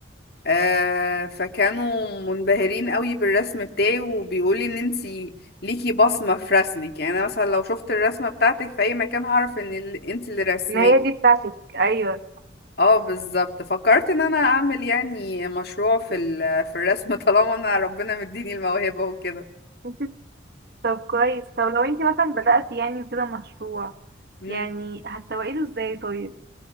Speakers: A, on the left; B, on the right.
A: آه، فكانوا منبهرين قوي بالرسم بتاعي وبيقولي ان انتي ليكي بصمة في رسمك يعني انا مثلا لو شفت الرسمة بتاعتك في اي مكان هعرف ان ال- انتي اللي رسماه
B: ما هي دي بتاعتك ايوه
A: اه بالظبط فكرت ان انا اعمل يعني مشروع في ال- في الرسم <laughs> طالما انا ربنا مديني الموهبة وكده
B: <laughs> طب كويس طب لو انتي مثلا بدأتي يعني كده مشروع
A: مم.
B: يعني هتسوقي له ازاي طيب